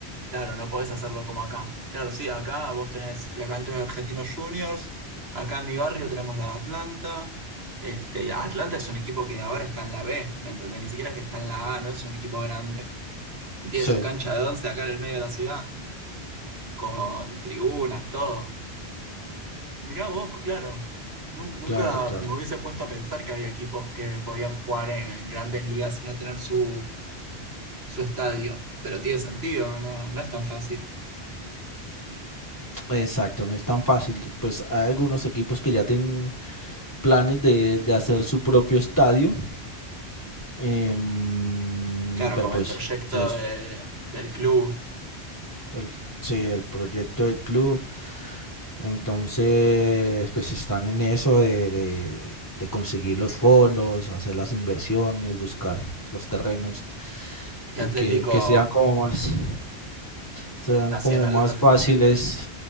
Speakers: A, on the right; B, on the left.
A: Claro, no podés hacerlo como acá. Claro, sí, acá vos tenés la cancha de Argentinos Juniors. Acá en mi barrio tenemos la Atlanta. Este, y Atlanta es un equipo que ahora está en la B, ¿me entendés? Ni siquiera es que está en la A, no es un equipo grande. Y tiene
B: Sí,
A: su cancha de once acá en el medio de la ciudad, con tribunas, todo. Mirá vos, claro. Nun- Nunca
B: claro, claro.
A: me hubiese puesto a pensar que había equipos que podían jugar en grandes ligas y no tener su, su estadio, pero tiene sentido, no, no es tan fácil.
B: Exacto, no es tan fácil. Pues hay algunos equipos que ya tienen planes de, de hacer su propio estadio, em,
A: Claro,
B: pero
A: como
B: pues
A: el proyecto
B: sí es
A: de- del club
B: el, sí, el proyecto del club. Entonces, pues están en eso de, de- de conseguir los fondos, hacer las inversiones, buscar los terrenos
A: y
B: que,
A: Atlético
B: que, que sean como más... Serán
A: Nacional
B: como más
A: lo está,
B: fáciles.
A: tra-